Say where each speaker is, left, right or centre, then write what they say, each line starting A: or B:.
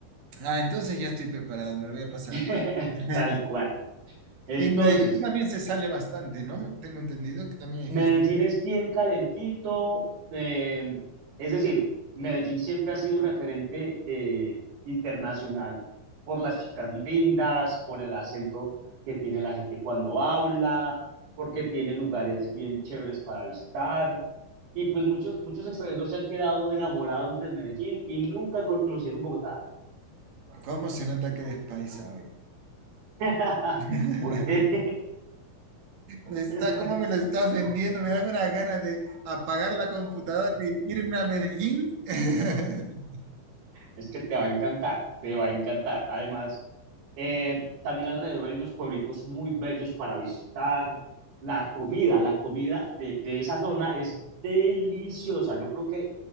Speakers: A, on the right; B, on the right.
A: Ah, entonces ya estoy preparado, me lo voy a pasar
B: <laughs>
A: bien. <laughs>
B: Tal cual. Entonces,
A: Y en Medellín también se sale bastante, ¿no? Tengo entendido que también hay
B: Medellín
A: fiesta.
B: es bien calentito, eh, es decir, Medellín siempre ha sido referente eh, internacional por las chicas lindas, por el acento que tiene la gente cuando habla, porque tiene lugares bien chéveres para visitar. Y pues muchos, muchos extranjeros se han quedado enamorados de Medellín y nunca conocieron Bogotá.
A: ¿Cómo se nota que eres paisa hoy?
B: <laughs>
A: <laughs>
B: ¿Por qué?
A: Me Está,
B: <laughs>
A: ¿cómo me lo estás vendiendo? Me dan unas ganas de apagar la computadora y irme a Medellín. <laughs>
B: Es que te va a encantar, te va a encantar. Además, Eh, también alrededor hay unos pueblitos muy bellos para visitar. La comida, la comida de, de esa zona es deliciosa. Yo creo que